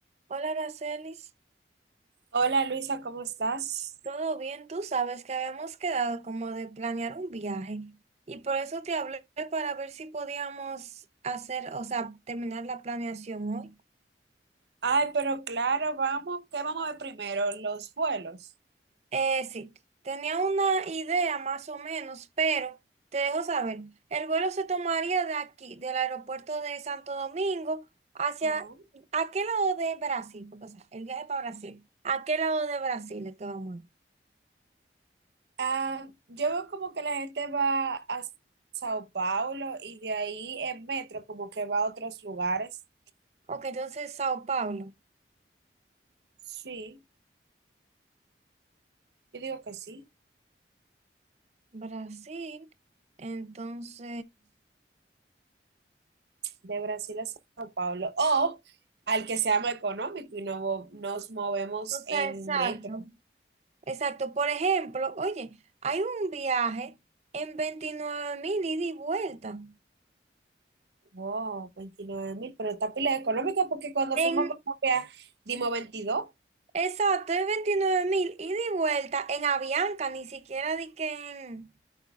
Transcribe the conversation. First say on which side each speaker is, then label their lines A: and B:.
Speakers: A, on the right; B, on the right.
A: Hola, Aracelis.
B: Hola Luisa, ¿cómo estás?
A: ¿Todo bien? Tú sabes que habíamos quedado como de planear un viaje y por eso te hablé para ver si podíamos hacer, o sea, terminar la planeación hoy.
B: Ay, pero claro, vamos, ¿qué vamos a ver primero? Los vuelos.
A: Eh, sí, tenía una idea más o menos, pero te dejo saber. El vuelo se tomaría de aquí, del aeropuerto de Santo Domingo, hacia,
B: Ajá.
A: ¿a qué lado de Brasil? Porque, o sea, el viaje para Brasil. ¿A qué lado de Brasil es que vamos?
B: Ah, yo veo como que la gente va a Sao Paulo y de ahí en metro como que va a otros lugares.
A: Ok, entonces Sao Paulo.
B: Sí, yo digo que sí,
A: Brasil, entonces,
B: de Brasil a Sao Paulo. O al que sea más económico y no, vo- nos movemos
A: o
B: en
A: sea, exacto,
B: metro.
A: exacto. Por ejemplo, oye, hay un viaje en veintinueve mil ida y vuelta.
B: Wow, veintinueve mil, pero está pila económica porque cuando fuimos
A: En,
B: como que a- dimos 22.
A: exacto, es veintinueve mil ida y vuelta en Avianca, ni siquiera di que en-